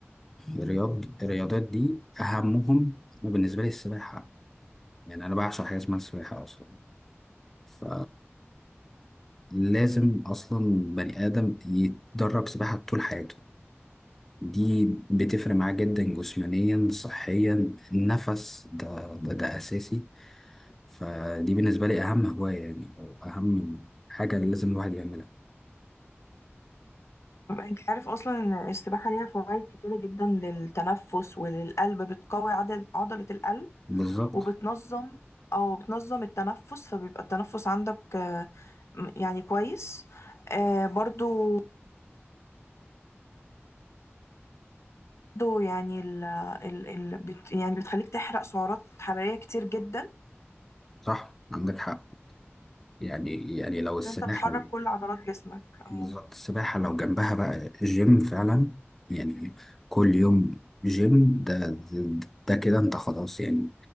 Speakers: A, in the centre; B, on the left (about 80°).
A: الرياض الرياضات دي أهمهم أنا بالنسبة لي السباحة يعني انا بعشق حاجه اسمها السباحه اصلا ف لازم اصلا بني ادم يتدرب سباحه طول حياته دي بتفرق معاه جدا جسمانيا صحيا النفس ده ده, ده اساسي فدي بالنسبه لي اهم هوايه يعني او اهم حاجه اللي لازم الواحد يعملها
B: انت عارف اصلا ان السباحه ليها فوائد كتيره جدا للتنفس وللقلب بتقوي عدد عضله القلب
A: بالظبط
B: وبتنظم او بتنظم التنفس فبيبقى التنفس عندك آه، م- يعني كويس آه، برضو برضو يعني ال ال ال بت يعني بتخليك تحرق سعرات حراريه كتير جدا
A: صح عندك حق يعني يعني لو السباحه
B: عشان انت بتحرك كل عضلات جسمك اه
A: بالظبط السباحة لو جنبها بقى جيم فعلا يعني كل يوم جيم ده ده, ده كده انت خلاص يعني